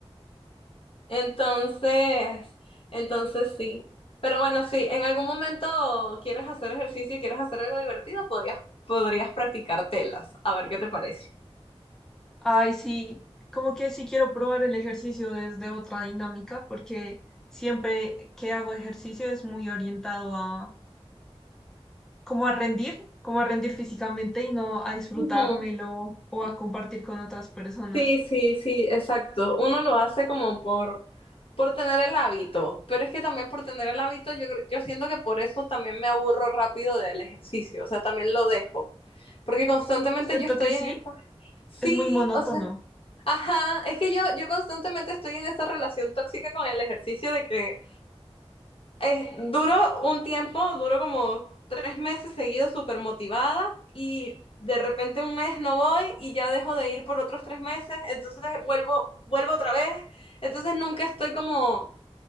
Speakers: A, on the left (about 60°); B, in the centre.
A: Entonces, entonces sí. Pero bueno, si en algún momento quieres hacer ejercicio y quieres hacer algo divertido, podías, podrías practicar telas. A ver qué te parece.
B: Ay, sí, como que sí quiero probar el ejercicio desde otra dinámica, porque siempre que hago ejercicio es muy orientado a como a rendir, como a rendir físicamente y no a disfrutármelo
A: Ujú.
B: o a compartir con otras personas.
A: Sí, sí, sí, exacto. Uno lo hace como por, por tener el hábito, pero es que también por tener el hábito, yo, creo- yo siento que por eso también me aburro rápido del ejercicio, o sea, también lo dejo, porque constantemente
B: ¿Cierto
A: yo estoy
B: que sí?
A: en esta... Sí,
B: Es muy monótono.
A: o sea, ajá, es que yo, yo constantemente estoy en esa relación tóxica con el ejercicio de que es, duró un tiempo, duró como tres meses seguidos súper motivada y de repente un mes no voy y ya dejo de ir por otros tres meses, entonces vuelvo, vuelvo otra vez, entonces nunca estoy como,